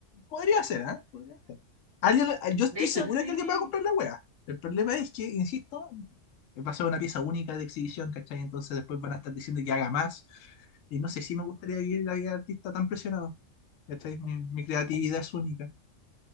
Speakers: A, on the left; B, on the right.
A: Podría ser, ¿eh? Podría ser. Alguien, yo estoy
B: De hecho,
A: segura
B: sí.
A: que alguien va a comprar la wea. El problema es que, insisto, va a ser una pieza única de exhibición, ¿cachai? Entonces después van a estar diciendo que haga más. Y no sé si me gustaría vivir la vida de artista tan presionado. ¿Cachai? Mi, mi creatividad es única.